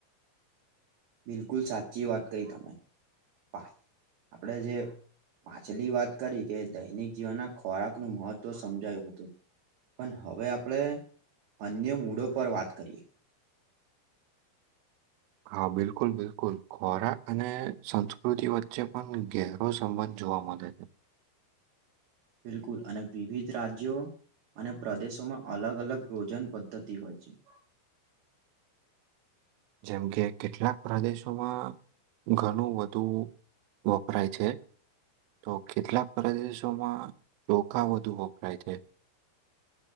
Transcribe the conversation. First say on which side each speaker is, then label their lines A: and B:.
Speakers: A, on the right (about 60°); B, on the right (about 80°).
A: બિલકુલ સાચી વાત કહી તમે વાત આપડે જે પાછલી વાત કરી કે દૈનિક જીવનના ખોરાકનું મહત્વ સમજાયું હતું પણ હવે આપણે અન્ય મૂડો પર વાત કરીએ
B: હા બિલકુલ બિલકુલ ખોરાક અને સંસ્કૃતિ વચ્ચે પણ ગેહરો સંબંધ છે. જોવા મળે છે.
A: બિલકુલ અને વિવિધ રાજ્યો અને પ્રદેશોમાં અલગ અલગ ભોજન પદ્ધતિ હોય છે. <inaudible>
B: જેમ કે કેટલાક પ્રદેશોમાં ઘણું બધું વપરાય છે. તો કેટલાક પરદેશોમાં ચોખા વધુ વપરાય છે.